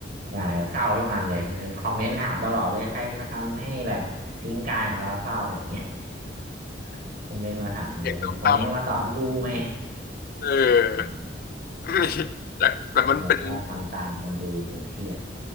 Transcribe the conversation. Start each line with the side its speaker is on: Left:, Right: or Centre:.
Right: ได้เศร้าทุกอันเลยเป็นคอมเมนต์ถามตลอดเลยใครมาทำให้แบบทิ้งกายของเราเศร้าเนี่ย <laughs> คอมเมนต์มาถามเลยคอมเมนต์ก็มาตอบยูไหม
Left: เพลงเศร้าๆเออ
Right: <laughs> อืม
Left: <laughs> มีแต่แต่มันเป็น
Right: <laughs> บอกว่าทำตามคนดูจนเครียด